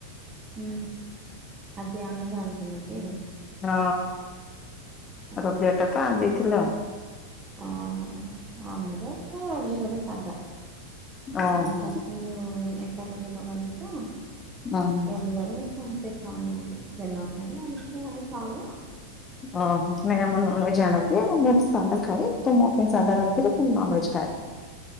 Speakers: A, on the right (about 20°); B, on the left (about 20°).
A: ହୁଁ ଆଜି ଆମିଷ ଆଣିଥିଲ କି?
B: ହଁ
A: ହେଲା
B: ରବିବାର
A: ହେଲା
B: ଟା ତ ଆଣି ଦେଇଥିଲ।
A: ଓହୋ ଆମର ତ ରବିବାରେ ସାଧା
B: ଓହୋ
A: ମୋ ଶାଶୁ ହୁଁ ଏକାଦଶୀ କରନ୍ତି ତ
B: ଓହୋ
A: ରବିବାରେ ତେଣୁ ସେ ଖାଉନାହାନ୍ତି। ସେ ନ ଖାଇଲେ ଆମେ କେହି ଆଣିକି ଖାଉନେହୁଁ।
B: ହଁ ନାଇଁ ଆମ ନନଭେଜ ଆଣନ୍ତି ଆଉ ମୁଁ ବି ସାଧା ଖାଏ। ତ ମୋ ପାଇଁ ସାଧା ରାନ୍ଧିଥିଲି ତ ମୁଁ ନନଭେଜ୍ ଖାଏନି।